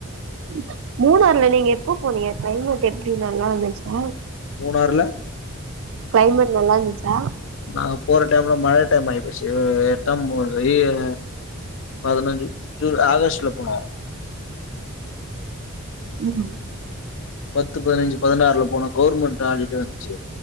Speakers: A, on the right; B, on the left.
A: <inaudible> மூணாறுல நீங்க எப்ப போனீங்க கிளைமேட் எப்டி நல்லாருந்துச்சா
B: மூணாறுல
A: கிளைமேட் நல்லா இருந்துச்சா
B: நாங்க போற டைம்ல மழ <unintelligible> ஆயி போச்சு எட்டம்பது வெளில பதினஞ்சு ஜூல ஆகஸ்ட்ல போனோ
A: ம்
B: பத்து பதினைஞ்சு பதினாறுல போன கவுவர்மெண்ட் <unintelligible> வந்துச்சு